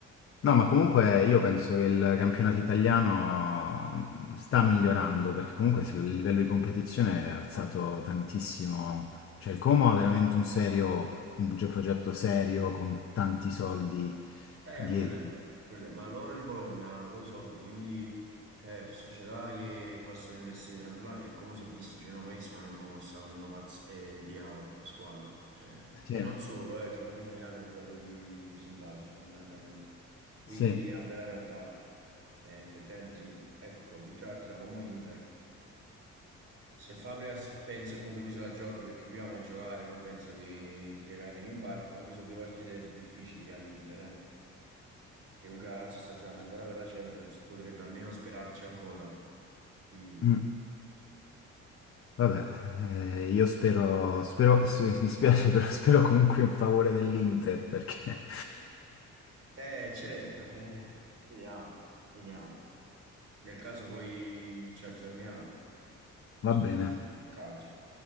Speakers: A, on the left; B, on the right.
A: No, ma comunque io penso che il campionato italiano sta migliorando perché comunque se il livello di competizione è alzato tantissimo. Cioè il Como ha veramente un serio, un gio- progetto serio con tanti soldi
B: Eh,
A: dietro.
B: quelle, quelle, ma loro e il Bologna hanno proprio i soldi, quindi eh, sono società che possono investire tranquillamente. E il Como si è visto, cioè, io non ho mai visto una neopromossa con Nico Paz e Diao in squadra. Cioè,
A: Sì,
B: e non solo, eh, che comunque ce ne hanno i giocatori simpatici fondamentalmente. Quindi
A: sì.
B: è una bella realtà, Eh, effettivamente sì. Ecco, l'ultima partita Como Inter. Se Fabregas penso che comunque lui se la giochi perché lui ama giocare, non penso che tirerà il remi in barca, comunque sono due partite difficili che ha l'Inter, eh che comunque la Lazio sta giocando ancora per la Champions, potrebbe almeno sperarci ancora. Quindi,
A: Mm. Vabbè, eh, io spero, spero, s- mi spiace, <laughs> però spero comunque un favore dell'Inter perché
B: eh, certo, eh, vediamo, vediamo. Nel caso poi ci aggiorniamo
A: <laughs>
B: su-
A: va bene.
B: sul calcio.